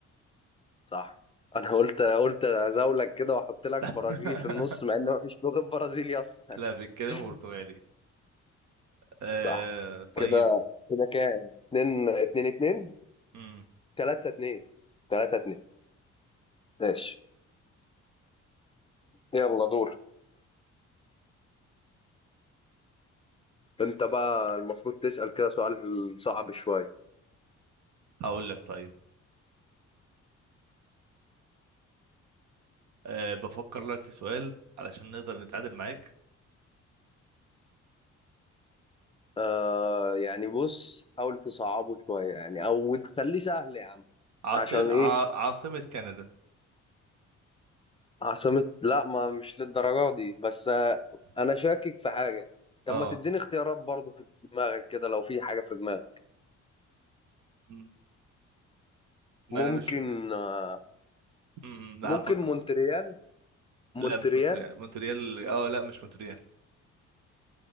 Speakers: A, on the left; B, on the right.
A: صح انا قلت قلت ازولك كده واحط لك
B: <laughs>
A: برازيلي في النص مع ان مفيش لغة برازيلي اصلا
B: لا بيتكلم
A: <laughs>
B: برتغالي آه
A: صح
B: طيب
A: كده كده كام اتنين اتنين اتنين
B: امم
A: تلاتة اتنين تلاتة اتنين ماشي يلا دور انت بقى المفروض تسأل كده سؤال صعب شوية
B: هقول لك طيب آه بفكر لك في سؤال علشان نقدر نتعادل معاك
A: آه يعني بص حاول تصعبه شوية يعني أو تخليه سهل يا عم
B: عاصم
A: عشان
B: ع...
A: إيه
B: عاصمة كندا
A: عاصمة لا ما مش للدرجة دي بس آه أنا شاكك في حاجة طب
B: اه
A: ما تديني اختيارات برضه في دماغك كده لو في حاجة في دماغك
B: م- ما
A: ممكن
B: انا مش
A: آه
B: م- لا
A: ممكن
B: هفكر
A: مونتريال
B: لا
A: مونتريال
B: مش مونتريال مونتريال اه لا مش مونتريال